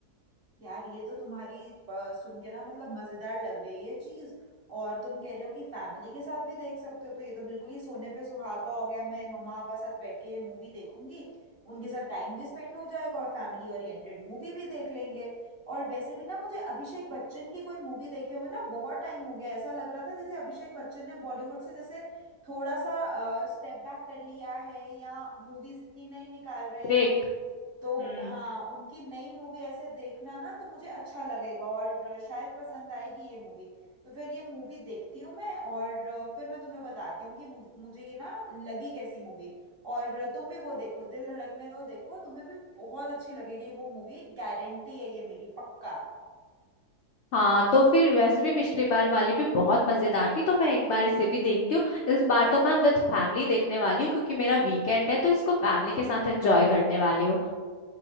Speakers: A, on the right; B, on the left.
A: यार ये तो तुम्हारी अ, सुन के ना मतलब मजेदार लग रही है चीज और तुम कह रहे हो कि फैमिली के साथ भी देख सकते हो तो ये तो बिल्कुल ही सोने पे सुहागा हो गया मैं मम्मा पापा साथ बैठ के ये मूवी देखूंगी उनके साथ टाइम भी स्पेंड हो जाएगा और फैमिली ओरिएंटेड मूवी भी देख लेंगे और वैसे भी ना मुझे अभिषेक बच्चन की कोई मूवी देखे हुए ना बहुत टाइम हो गया ऐसा लग रहा था जैसे अभिषेक बच्चन ने बॉलीवुड से जैसे थोड़ा सा स्टेप बैक कर लिया है या मूवीज इतनी नहीं निकाल रहे
B: ब्रेक
A: हैं तो
B: हम्म
A: हाँ उनकी नई मूवी ऐसे देखना ना तो मुझे अच्छा लगेगा और शायद पसंद आएगी ये मूवी तो फिर ये मूवी देखती हूँ मैं और फिर मैं तुम्हें बताती हूँ कि मुझ, मुझे ये ना लगी कैसी मूवी और तुम भी वो देखो दिल धड़कने दो देखो तुम्हें भी बहुत अच्छी लगेगी वो मूवी गारंटी है ये मेरी पक्का
B: हाँ तो फिर वैसे भी पिछली बार वाली भी बहुत मजेदार थी तो मैं एक बार इसे भी देखती हूँ इस बार तो मैं विद फैमिली देखने वाली हूँ क्योंकि मेरा वीकेंड है तो इसको फैमिली के साथ एंजॉय करने वाली हूँ